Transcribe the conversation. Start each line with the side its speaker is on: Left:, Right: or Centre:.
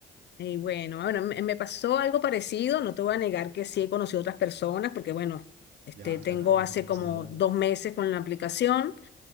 Left: Y bueno, bueno, me me pasó algo parecido, no te voy a negar que sí he conocido otras personas, porque bueno, este,
Right: Ya,
Left: tengo
Right: claro,
Left: hace
Right: no pasa
Left: como
Right: nada.
Left: dos meses con la aplicación,